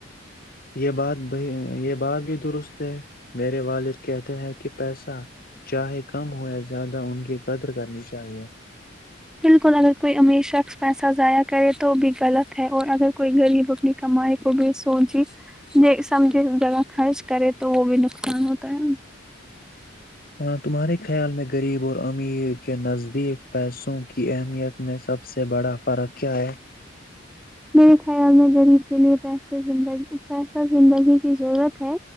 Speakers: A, on the left; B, in the centre.
A: یہ بات ب یہ بات بھی درست ہے میرے والد کہتے ہیں کہ پیسہ چاہے کم ہو یا زیادہ ان کی قدر کرنی چاہیے
B: بلکل اگر کوئی امیر شخص پیسہ ضائع کرے تو بھی غلط ہے اور اگر کوئی غریب اپنی کمائی کو بھی سوچی سمجھے سب جگہ خرچ کرے تو وہ بھی نقصان ہوتا ہے
A: ہ تمہارے خیال میں غریب اور امیر کے نزدیک پیسوں کی اہمیت میں سب سے بڑا فرق کیا ہے
B: میرے خیال میں غریب کے لیے پیسے زندگی پیسہ زندگی کی ضرورت ہے